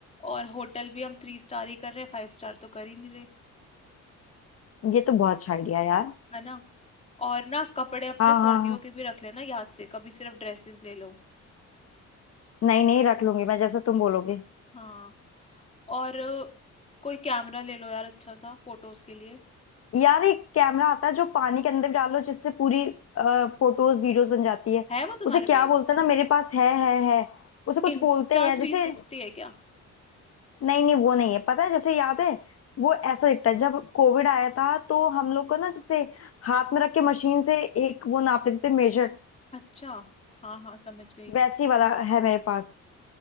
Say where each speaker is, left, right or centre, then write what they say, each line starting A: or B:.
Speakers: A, on the left; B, on the left.
A: और होटल भी हम थ्री स्टार ही कर रहे हैं फाइव स्टार तो कर ही नहीं रहे
B: ये तो बहुत अच्छा आइडिया है यार
A: है ना और ना कपड़े अपने
B: हाँ
A: सर्दियों
B: हाँ हाँ
A: के भी रख लेना याद से कभी सिर्फ ड्रेसेस ले लो
B: नहीं नहीं रख लूंगी मैं जैसा तुम बोलोगे
A: हाँ और अ, कोई कैमरा ले लो यार अच्छा सा फोटोज के लिए
B: यार एक कैमरा आता है जो पानी के अंदर भी डालो जिससे पूरी फोटोज वीडियोस बन जाती है
A: है वो तुम्हारे
B: उसे क्या
A: पास
B: बोलते हैं ना मेरे पास है है है उसे कुछ
A: इंस्टा
B: बोलते हैं यार
A: थ्री
B: जैसे
A: सिक्सटी है क्या
B: नहीं नहीं वो नहीं है पता है जैसे याद है वो ऐसा दिखता है जब कोविड आया था तो हम लोग को ना जैसे हाथ में रख के मशीन से एक वो नाप लेते थे मेजर
A: अच्छा हाँ हाँ समझ गई
B: वैसी वाला है मेरे पास